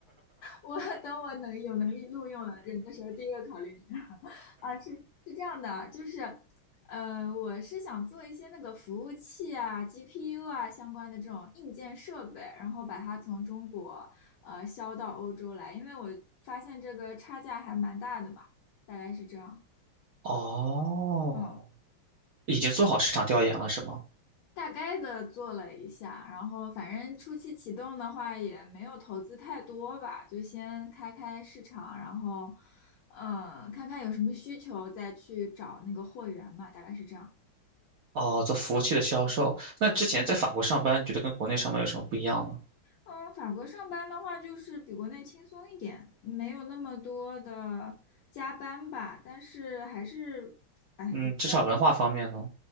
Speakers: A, on the left; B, on the right.
A: 我 <laughs> 等我能有能力录用了人的时候，第一个考虑你。<laughs> 啊，是是这样的，就是，呃，我是想做一些那个服务器啊、GPU 啊相关的这种硬件设备，然后把它从中国呃销到欧洲来，因为我发现这个差价还蛮大的嘛，大概是这样。
B: <laughs> 哦。
A: 嗯，
B: 已经做好市场调研了，是吗？
A: 大概的做了一下，然后反正初期启动的话也没有投资太多吧，就先开开市场，然后，嗯，看看有什么需求再去找那个货源嘛，大概是这样。
B: 哦，做服务器的销售。那之前在法国上班，你觉得跟国内上班有什么不一样呢？
A: 嗯，法国上班的话，就是比国内轻松一点，没有那么多的加班吧。但是还是，哎，
B: 嗯，
A: 怎么说呢？
B: 职场文化方面呢？